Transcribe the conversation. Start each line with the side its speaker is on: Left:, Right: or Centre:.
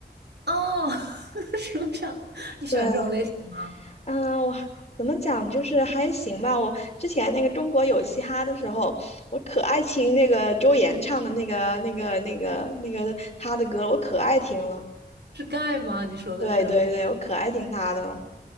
Right: 哦，<laughs> 说唱，你喜欢这种类型吗？
Left: 对，嗯，我还怎么讲，就是还行吧。我之前那个中国有嘻哈的时候，我可爱听那个周岩唱的那个、那个、那个、那个他的歌，我可爱听了。
Right: 是盖吗？你说的是
Left: 对对对，
Right: <laughs>？
Left: 我可爱听他的了，